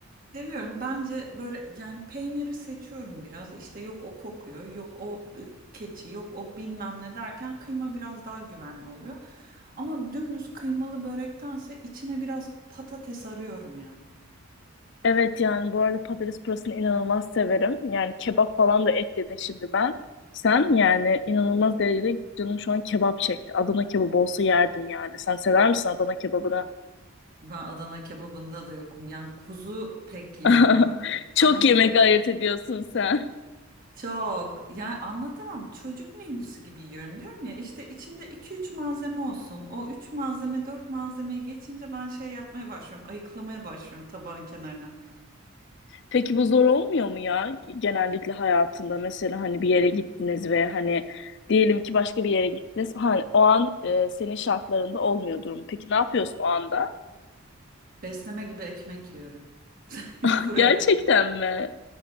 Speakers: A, on the right; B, on the left.
A: seviyorum. Bence böyle yani peyniri seçiyorum biraz. İşte yok o kokuyor, yok o keçi, yok o bilmem ne derken kıyma biraz daha güvenli oluyor. Ama dümdüz kıymalı börektense içine biraz patates arıyorum ya.
B: Evet yani bu arada patates pürasını inanılmaz severim. Yani kebap falan da et dedin şimdi ben. Sen yani inanılmaz derecede canım şu an kebap çekti. Adana kebabı olsa yerdim yani. Sen sever misin Adana kebabını?
A: Ben Adana kebabında da yokum. Yani kuzu pek yemiyorum.
B: <laughs> Çok
A: Adana
B: yemek
A: kebap
B: ayırt ediyorsun sen.
A: çok. Yani anlatamam. Çocuk menüsü gibi yiyorum diyorum ya. İşte içinde iki üç malzeme olsun. O 3 malzeme 4 malzemeyi geçince ben şey yapmaya başlıyorum. Ayıklamaya başlıyorum tabağın kenarına.
B: Peki bu zor olmuyor mu ya? Genellikle hayatında mesela hani bir yere gittiniz ve hani diyelim ki başka bir yere gittiniz. Hani o an e, senin şartlarında olmuyor durum. Peki ne yapıyorsun o anda?
A: Besleme gibi ekmek yiyorum. <laughs>
B: <laughs>
A: Kuru
B: Gerçekten
A: ekmek.
B: mi?